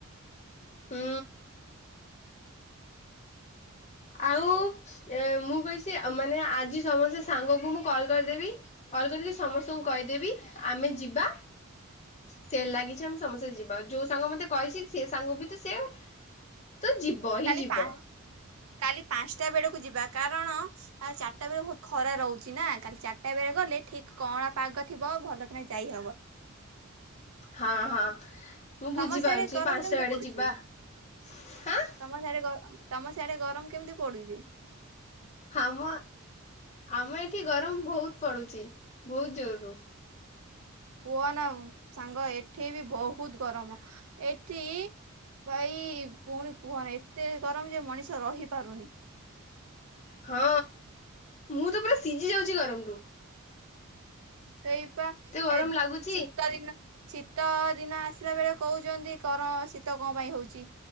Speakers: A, on the left; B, on the right.
A: ହୁଁ। ଆଉ ଏଁ ମୁଁ କହିଛି ଆ ମାନେ ଆଜି ସମସ୍ତେ ସାଙ୍ଗକୁ ମୁଁ କଲ କରିଦେବି କଲ କରିକି ସମସ୍ତଙ୍କୁ କହିଦେବି ଆମେ ଯିବା ସେଲ ଲାଗିଛି ଆମେ ସମସ୍ତେ ଯିବା ଯୋଉ ସାଙ୍ଗ ମତେ କହିଛି ସେ ସାଙ୍ଗ ବି ତ ସେ ତ ଯିବ ହିଁ
B: କାଲି
A: ଯିବ।
B: ପା କାଲି ପାଞ୍ଚଟା ବେଳକୁ ଯିବା କାରଣ ଆଉ ଚାରିଟା ବେଳେ ବହୁତ ଖରା ରହୁଛି ନା କାଲି ଚାରିଟା ବେଳେ ଗଲେ ଠିକ କଅଁଳା ପାଗ ଥିବ ଭଲ କିନା ଯାଇହ
A: ହଁ ହଁ। ମୁଁ ବୁଝିପାରୁଛି
B: ତମ ସିଆଡେ ଗରମ
A: ପାଞ୍ଚଟା
B: କେମିତି
A: ବେଳେ
B: ପଡୁଛି?
A: ଯିବା ହାଁ।
B: ତମ ସିଆଡେ ତମ ସିଆଡେ ଗରମ କେମିତି ପଡୁଛି?
A: ଆମ ଆମ ଏଠି ଗରମ ବହୁତ ପଡୁଛି ବହୁତ ଜୋରରୁୁ।
B: କୁହ ନା ସାଙ୍ଗ ଏଠି ବି ବହୁତ ଗରମ ଏଠି ଭାଇ ପୁଣି କୁହନ ଏତେ ଗରମ ଯେ ମଣିଷ ତ ରହି ପାରୁନି।
A: ହଁ ମୁଁ ତ ପୁରା ସିଝି ଯାଉଛି ଗରମରୁୁ
B: ସେଇ ବା
A: ଗରମ
B: ଏ
A: ଲାଗୁଛି
B: ଶୀତ ଦିନ ଶୀତ ଦିନ ଆସ ଥିଲା ବେଳେ କହୁଛନ୍ତି କର ଶୀତ କଣ ପାଇଁ ହଉଛି